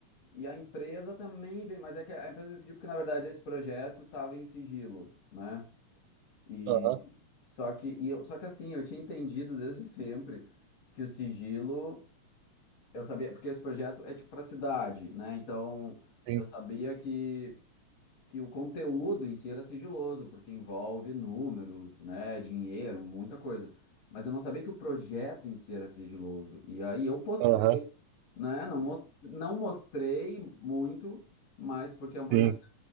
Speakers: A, on the left; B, on the right.
A: e a empresa também veio, mas é que a empresa me pediu porque na verdade esse projeto estava em sigilo, né? E
B: aham,
A: só que e eu, só que assim, eu tinha entendido desde sempre que o sigilo Eu sabia, porque esse projeto é tipo para cidade, né? Então,
B: sim,
A: eu sabia que, que o conteúdo em si era sigiloso, porque envolve números, né? Dinheiro, muita coisa. Mas eu não sabia que o projeto em si era sigiloso. E aí eu postei,
B: aham,
A: né? Não, mos- não mostrei muito, mas porque é um projeto.
B: sim,